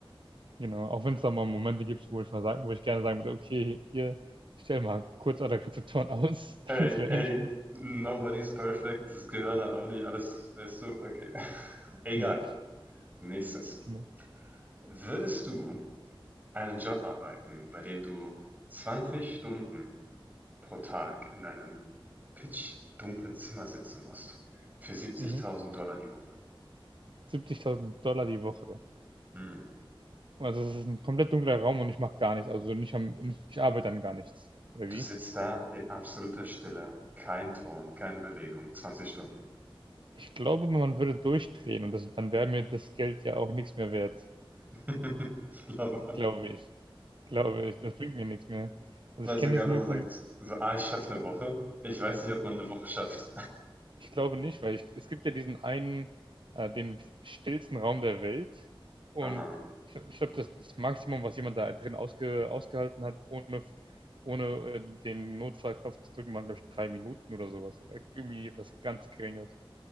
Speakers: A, on the right; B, on the right.
A: Genau, auch wenn es da mal Momente gibt, wo ich mal sagen wo ich gerne sagen würde: „Okay, hier, stell mal kurz alle Rezeptoren aus.“
B: Ey,
A: <laughs> Das wäre
B: ey,
A: eigentlich ganz
B: nobody's perfect, das Gehirn hat auch nicht alles, weißt du, okay, <laughs> egal.
A: genau,
B: Nächstes.
A: genau.
B: Würdest du einen Job arbeiten, bei dem du 20 Stunden pro Tag in einem pitchdunklen Zimmer sitzen musst, für 70.000
A: Mhm.
B: die Woche?
A: siebzigtausend Dollar die Woche.
B: Hm.
A: Also, das ist ein komplett dunkler Raum und ich mache gar nichts, also nicht am nicht ich arbeite an gar nichts, oder
B: Du
A: wie?
B: sitzt da in absoluter Stille, kein Ton, keine Bewegung, 20 Stunden.
A: Ich glaube, man würde durchdrehen und das dann wäre mir das Geld ja auch nichts mehr wert,
B: <laughs> Ich glaube,
A: glaube ich. Glaube ich, das bringt mir nichts mehr. Also,
B: weil
A: ich
B: sogar
A: kenne das
B: wenn
A: nur
B: man
A: von
B: sagt, so, ah, ich schaffe eine Woche, ich weiß nicht, ob man eine Woche schafft.
A: Ich glaube nicht, weil ich, es gibt ja diesen einen, äh, den stillsten Raum der Welt und
B: Aha.
A: ich, glaub- ich glaube, das, das Maximum, was jemand da drin ausge, ausgehalten hat, ohne, ohne äh, den Notfallknopf zu drücken, waren, glaube ich, drei Minuten oder sowas. Oder irgendwie was ganz Geringes.